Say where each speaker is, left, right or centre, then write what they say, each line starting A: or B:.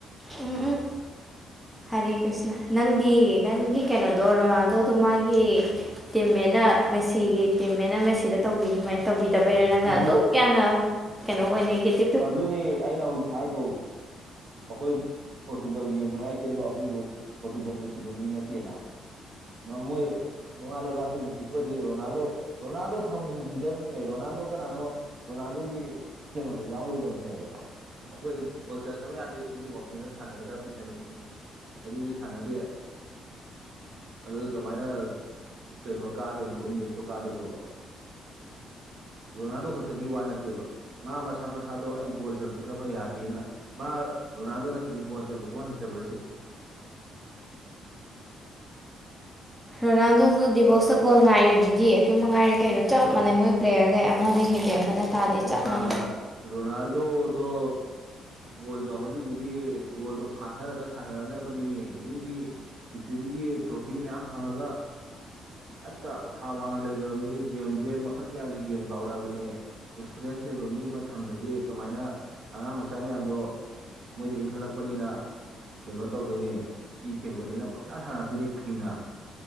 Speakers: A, in the centre; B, on the right.
A: ꯎꯝ ꯎꯝ ꯍꯔꯦ ꯀ꯭ꯔꯤꯁꯅ ꯅꯪꯒꯤ ꯅꯪꯒꯤ ꯀꯩꯅꯣꯗꯣ ꯔꯣꯅꯥꯗꯣꯗꯣ ꯃꯥꯒꯤ ꯇꯤꯃꯦꯂ ꯃꯦꯁꯤꯒꯤ ꯇꯤꯃꯦ ꯃꯁꯤ ꯁꯤꯗ ꯇꯧꯕꯤꯔꯤ ꯁꯃꯥꯏꯅ ꯇꯧꯕꯤꯗꯕꯩꯔꯣ ꯅꯪꯅ
B: ꯑꯗꯨ
A: ꯑꯗꯨꯛ ꯌꯥꯝꯅ ꯀꯩꯅꯣ ꯑꯣꯏ ꯅꯦꯒꯦꯇꯤꯞ
B: ꯑꯗꯨꯅꯦ ꯑꯩꯅ ꯍꯧꯖꯤꯛ ꯍꯥꯏꯗꯣ ꯑꯩꯈꯣꯏ ꯄꯣꯔꯇꯨꯒꯜꯒꯤ ꯃꯌꯥꯏ ꯆꯦꯟꯕ ꯑꯍꯨꯝꯗꯨꯣ ꯄꯣꯔꯇꯨꯒꯜ ꯅꯨꯡꯁꯤꯕ ꯃꯤ ꯅꯠꯇꯦꯅ ꯃꯃꯣꯏꯣꯏ ꯃꯃꯥ ꯂꯩꯕꯥꯛꯇꯨ ꯅꯨꯡꯁꯤꯄ ꯑꯣꯏꯗꯤ ꯔꯣꯅꯥꯜꯗꯣ ꯔꯣꯅꯥꯜꯗꯣ ꯊꯝꯈꯤꯗꯕꯅꯤꯃꯦ ꯔꯣꯅꯥꯜꯗꯣ ꯀꯅꯥꯅꯣ ꯔꯣꯅꯥꯜꯗꯣꯒꯤ ꯀꯩꯅꯋꯥꯗ ꯌꯥꯎꯔꯣꯏꯗꯕꯅꯦꯕ ꯑꯩꯈꯣꯏ ꯒꯣꯜ ꯆꯟꯗꯕ ꯌꯥꯗꯦ ꯁꯤꯒꯤ ꯋꯥꯈꯜꯗ ꯁꯥꯟꯅꯒꯗꯕꯅꯤ ꯍꯥꯏꯕꯅꯤ ꯁꯤꯅꯤ ꯑꯗꯨꯗꯤ ꯁꯥꯟꯅꯗꯦ ꯑꯗꯨ ꯀꯃꯥꯏꯅ ꯀꯩꯅꯣ ꯀꯥꯗꯣꯏꯅꯣꯕ ꯃꯦꯁꯇꯣ ꯀꯥꯗꯣꯏꯅꯣꯕ ꯔꯣꯅꯥꯜꯗꯣ ꯈꯛꯇꯒꯤ ꯋꯥ ꯅꯠꯇꯦꯕ ꯃꯥ ꯃꯁꯥ ꯃꯁꯥ ꯃꯥꯗꯣ ꯑꯩ ꯒꯣꯜ ꯆꯜꯍꯧꯗꯕ ꯌꯥꯗꯦꯅ ꯃꯥ ꯔꯣꯅꯥꯜꯗꯣ ꯅꯠꯇ꯭ꯔꯗꯤ ꯒꯣꯜ ꯆꯟꯕ ꯁꯨꯃꯥꯏꯅ ꯍꯩꯇꯕ꯭ꯔꯥ ꯁꯤꯅꯤ
A: ꯔꯣꯅꯥꯜꯗꯣꯁꯨ ꯗꯤꯕꯣꯛꯁꯇ ꯒꯣꯜ ꯉꯥꯏꯔꯤꯗꯨꯗꯤ ꯑꯗꯨ ꯃꯉꯥꯏꯔꯦ ꯀꯩꯅꯣ ꯆꯞ ꯃꯥꯟꯅꯩ ꯃꯣꯏ ꯄ꯭ꯂꯦꯌꯔꯈꯩ ꯑꯃꯅ ꯍꯦꯟꯗꯤ ꯑꯃꯅ ꯇꯥꯗꯦ
B: ꯑ
A: ꯆꯞ
B: ꯃꯥ
A: ꯃꯥꯟꯅꯩ
B: ꯔꯣꯅꯥꯜꯗꯣꯗꯣ ꯒꯣꯜ ꯌꯥꯎꯍꯜꯂꯤꯗꯨꯗꯤ ꯒꯣꯜꯗꯣ ꯐꯥꯊꯔꯒ ꯁꯥꯟꯅꯔꯛꯅꯕꯅꯤꯃꯤ ꯃꯤꯗꯤ ꯄꯤꯔꯤꯊꯤꯕꯤꯒꯤ ꯇ꯭ꯔꯣꯐꯤ ꯃꯌꯥꯝ ꯐꯪꯉꯒ ꯍꯦꯛꯇ ꯊꯥꯛ ꯋꯥꯡꯅ ꯂꯩꯈ꯭ꯔꯕ ꯃꯤꯗꯤ ꯒꯦꯝꯁꯦ ꯃꯈꯜ ꯀꯌꯥꯒꯤ ꯒꯦꯝ ꯀꯥꯎꯔꯛꯑꯕꯅꯤ ꯑꯦꯛꯁꯄꯔꯤꯌꯦꯦꯟꯁ ꯂꯩꯕ ꯃꯤ ꯑꯃ ꯊꯝꯗ꯭ꯔꯗꯤ ꯀꯃꯥꯏꯅ ꯑꯉꯥꯡ ꯃꯆꯥ ꯃꯌꯥꯝꯗꯣ ꯃꯣꯏꯗ ꯏꯪꯈꯠꯂꯛꯄꯅꯤꯅ ꯀꯩꯅꯣ ꯇꯧꯗꯣꯏꯅꯦ ꯏ ꯈꯦꯡꯕꯅꯤꯅ ꯄꯪꯁꯥ ꯁꯥꯟꯔꯛꯇꯣꯏꯅꯦ ꯐꯤꯡꯉ